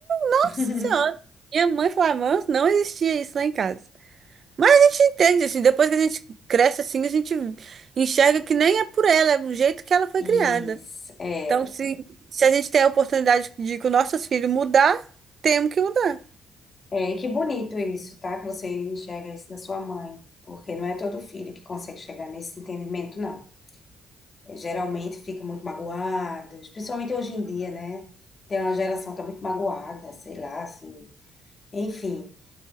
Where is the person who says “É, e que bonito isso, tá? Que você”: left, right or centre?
Left